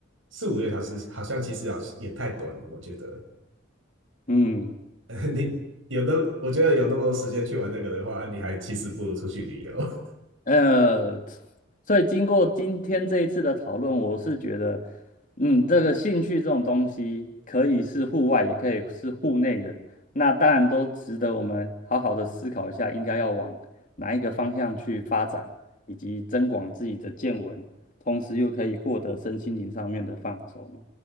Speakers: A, on the right (about 85°); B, on the left (about 40°).
A: 四五个小时好像其实好也太短了，我觉得。
B: 嗯。
A: <laughs> 你有的，我觉得有那么多时间去玩那个的话，你还其实不如出去旅游。
B: 呃，所以经过今天这一次的讨论，我是觉得，嗯，这个兴趣这种东西可以是户外，也可以是户内的，那当然都值得我们好好的思考一下，应该要往哪一个方向去发展，以及增广自己的见闻，同时又可以获得身心灵上面的放松。